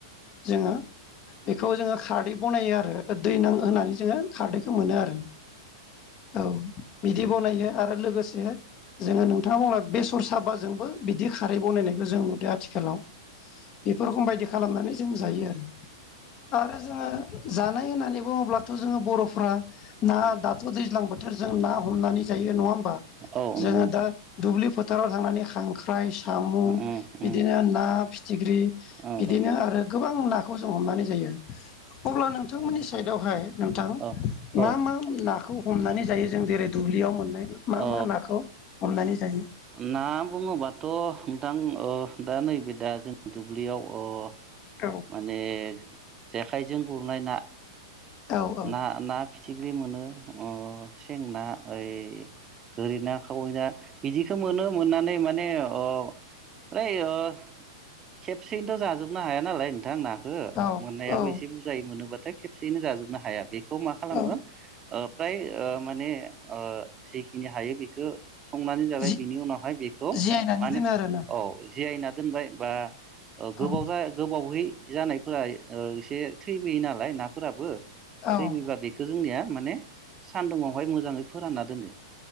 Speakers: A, on the left; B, on the right.
A: जोङो बेखौ जोङो खारदै बनायो आरो दै नां होनानै जोङो खारदैखौ मोनो आरो। औ बिदि बनायो आरो लोगोसे जोङो नोंथाङा बुंना बेसर साबाजोंबो बिदि खारै बनायनायखौ जों नुदों आथिखालाव बेफोर रखम बायदि खालामनानै जों जायो आरो आरो जोङो जानाय होननानै बुङोब्लाथ' जोङो बर'फ्रा ना
B: उम
A: दाथ' दैज्लां बोथोर जों ना हमनानै जायो नङा होमबा
B: औ नंगौ
A: जोङो
B: नोंथां
A: दा दुब्लि फोथाराव थांनानै खांख्राइ साम'
B: उम उम
A: बिदिनो ना फिथिख्रि
B: औ
A: बिदिनो
B: औ
A: आरो गोबां नाखौ जों हमनानै जायो अब्ला नोंथांमोननि साइडआवहाय नोंथां
B: औ औ
A: मा मा नाखौ हमनानै जायो जों जेरै दुब्लियाव मोननाय मा
B: अ
A: मा नाखौ हमनानै जायो?
B: ना बुङोबाथ' नोंथां ओ दा नैबे दा जोंनि दुब्लियाव ओ
A: औ
B: माने जेखाइजों गुरनाय ना
A: औ
B: ना ना फिथिख्रि मोनो अ सें ना ओइ गोरिना खावैना बिदिखौ मोनो मोननानै माने अ ओइ ओ खेबसेयैनोथ' जाजोबनो हाया नालाय नोंथां ना खो
A: औ
B: मोननायाबो
A: औ
B: एसे बुरजायै मोनोबाथाय खेबसेयैनो जाजोबनो हाया बेखौ मा खालामो
A: औ
B: ओ फ्राय ओ माने ओ जिखिनि हायो बेखौ संनानै जाबाय
A: जि
B: बिनि उनावहाय बेखौ
A: जियायनानै
B: माने
A: दोनो आरोना
B: औ जियायना दोनबाय बा ओ गोबाव
A: औ
B: गोबावै जानायफोरा ओ एसे थैबोय नालाय नाफोराबो थैबोयबा
A: औ
B: बेखौ जोंनिया माने सान्दुंवाहाय मोजाङै फोरानना दोनो।